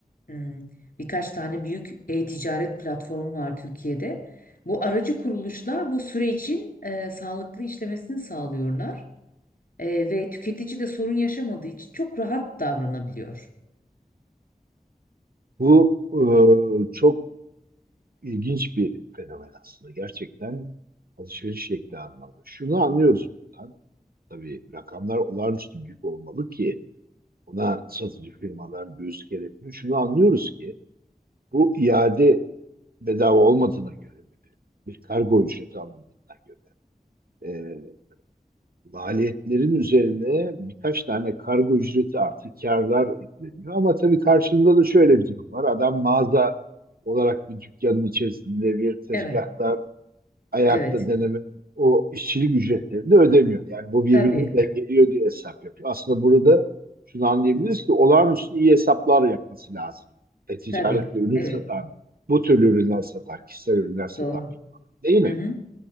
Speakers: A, on the left; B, on the right.
A: Hmm, Birkaç tane büyük e-ticaret platformu var Türkiye'de. Bu aracı kuruluşlar bu sürecin e, sağlıklı işlemesini sağlıyorlar. Ee, ve tüketici de sorun yaşamadığı için çok rahat davranabiliyor.
B: Bu e, çok ilginç bir fenomen aslında. Gerçekten alışveriş şekli anlamda. Şunu anlıyoruz buradan. Tabii rakamlar olağanüstü büyük olmalı ki buna satıcı firmalar göğüs gerebiliyor. Şunu anlıyoruz ki bu iade bedava olmadığına göre bir kargo ücreti alındığına göre e, maliyetlerin üzerine birkaç tane kargo ücreti artı karlar ekleniyor. Ama tabii karşılığında da şöyle bir durum var. Adam mağaza olarak bir dükkanın içerisinde bir tezgahtar
A: Evet,
B: ayakta
A: evet.
B: deneme o işçilik ücretlerini de ödemiyor. Yani bu birbirini
A: Tabii,
B: dengeliyor diye hesap yapıyor. Aslında burada şunu anlayabiliriz ki olağanüstü iyi hesaplar yapması lazım. E, ticaretle
A: tabii.
B: ürün
A: Evet,
B: satan, bu türlü ürünler satan, kişisel ürünler satan
A: doğru.
B: değil mi?
A: Hı hı,